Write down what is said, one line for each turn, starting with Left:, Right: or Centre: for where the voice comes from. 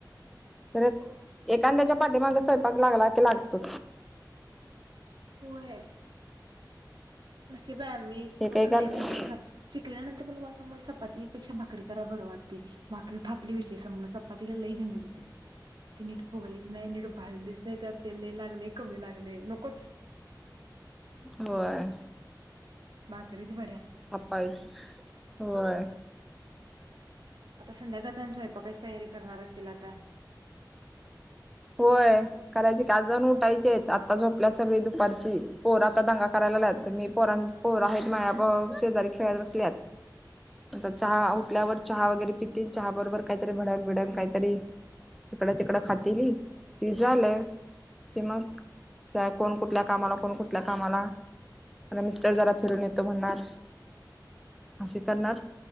Centre: तरर एखाद्याच्या पाठीमागा स्वयंपाक लागला की लागतो.
Right: होय नशीब मी
Centre: एकेकाला
Right: कुठं नाही मी शिकले ना पण मला सांग चपातीपेक्षा भाकरी कराय बरं वाटते भाकरी थापली विषयी सांला चपातीला लई झंजड होती ती नीट फुगलीच नाही नीट भाजलीच नाही तर तेल लागले कमी लागले नकोच <unintelligible>
Centre: व्हय.
Right: भाकरीच बऱ्या
Centre: थापायच व्हय.
Right: आता संध्याकाळ आणि स्वयंपाकायची तयारी करणार असशील आता
Centre: होय करायची की आज जाऊन उठायचे आहेत आत्ता झोपल्या सगळी दुपारची पोर आता दंगा करायला लाग मी पोर पोर आहेत माझ्या शेजारी खेळत बसल्यात चहा उठल्यावर चहा वगैरे प तीन चहा बरोबर काहीतरी भडंग बिडंग काहीतरी इकडं तिकडं खातेली ति झालं कि मग त्या कोण कुठल्या कामाला, कोण कुठल्या कामाला, मला मिस्टर जरा फिरून येतो म्हणणार असे करणार.